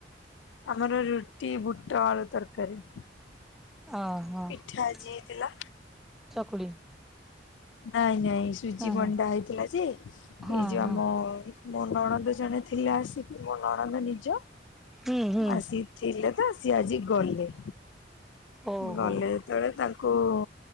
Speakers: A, on the left (about 75°); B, in the centre.
A: ଆମର ରୁଟି ବୁଟ ଆଳୁ ତରକାରୀ
B: ଓ ହୋ
A: ପିଠା ଆଜି ହେଇଥିଲା।
B: <inaudible> ଚକୁଳି।
A: ନାଇଁ ନାଇଁ ସୁଜି
B: ହଁ
A: ମଣ୍ଡା
B: ହଁ
A: ହେଇଥିଲା ଯେ ଏଇ
B: ହଁ
A: ଯୋଉ
B: ହଁ
A: ଆମ ମୋ ନଣନ୍ଦ ଜଣେ ଥିଲେ ଆସିକି। ମୋ ନଣନ୍ଦ ନିଜ
B: ହୁଁ ହୁଁ
A: ଆସି ଥିଲେ ତ ସିଏ ଆଜି ଗଲେ।
B: ଓହୋ
A: ଗଲେ ଯେତେବେଳେ ତାଙ୍କୁ ଉ